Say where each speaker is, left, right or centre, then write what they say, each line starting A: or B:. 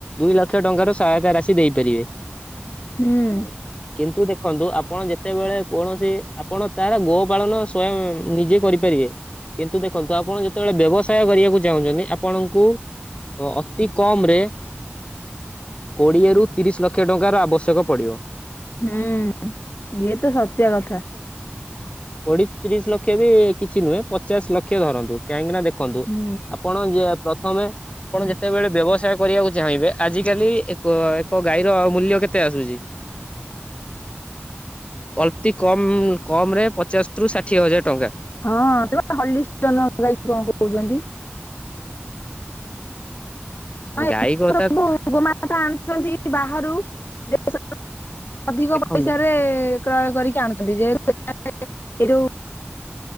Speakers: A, on the left (about 30°); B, on the left (about 55°).
A: ଦୁଇ ଲକ୍ଷ ଟଙ୍କାର ସହାୟତା ରାଶି ଦେଇପାରିବେ।
B: ହୁଁ।
A: କିନ୍ତୁ ଦେଖନ୍ତୁ ଆପଣ ଯେତେବେଳେ କୌଣସି ଆପଣ ତାର ଗୋ ପାଳନ ସ୍ଵୟଂ ନିଜେ କରି ପାରିବେ କିନ୍ତୁ ଦେଖନ୍ତୁ ଆପଣ ଯେତେବେଳେ ବ୍ୟବସାୟ କରିବାକୁ ଚାହୁଁଛନ୍ତି ଆପଣଙ୍କୁ ଓ ଅତି କମ ରେ କୋଡିଏରୁ, ତିରିଶ ଲକ୍ଷ ଟଙ୍କାର ଆବଶ୍ୟକ ପଡ଼ିବ।
B: ହୁଁ ଇଏ ତ ସତ୍ୟ କଥା।
A: କୋଡ଼ିଏ, ତିରିଶ ଲକ୍ଷ ବି କିଛି ନୁହେଁ ପଚାଶ ଲକ୍ଷ ଧରନ୍ତୁ। କାହିଁକି ନା ଦେଖ ଦେଖନ୍ତୁ
B: ହୁଁ।
A: ଆପଣ ଯେ ପ୍ରଥମେ ଆପଣ ଯେତେବେଳେ ବ୍ୟହସ୍ ଚେଷ୍ଟା କରିବାକୁ ଚାହିଁବେ ଆଜିିକାଲି ଏକ ଏକ ଗାଈର ମୂଲ୍ୟ କେତେ ଆସୁଛି। ଅତି କମ କମ ରେ ପଚାଶ ରୁ ଷାଠିଏ ହଜାର ଟଙ୍କା।
B: ହଁ ସେ ହଲିଷ୍ଟନ୍ ଗାଇକି କଣ କହୁଛନ୍ତି। ହଁ
A: ଗାଇ ହୋତ୍
B: ସବୁ ଗୋମାତା ଆଣୁଛନ୍ତି ବାହାରୁ ଯେତେ ସବୁ ଅଧିକ
A: ଦେଖନ୍ତୁ
B: ପଇସାରେ କ୍ରୟ କରିକି ଆଣୁଛନ୍ତି ଯେହେତୁ ଏ ଯୋଉ